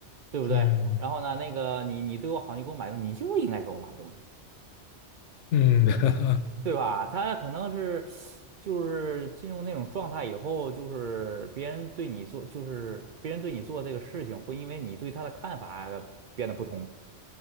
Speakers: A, on the right (about 55°); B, on the left (about 85°).
A: 对不对？
B: 嗯
A: 然后呢，那个你你对我好，你给我买东西，你就应该给我买东西。
B: 嗯嗯。<laughs>
A: 对吧？他可能是就是进入那种状态以后，就是别人对你做，就是别人对你做这个事情，会因为你对他的看法呃变得不同，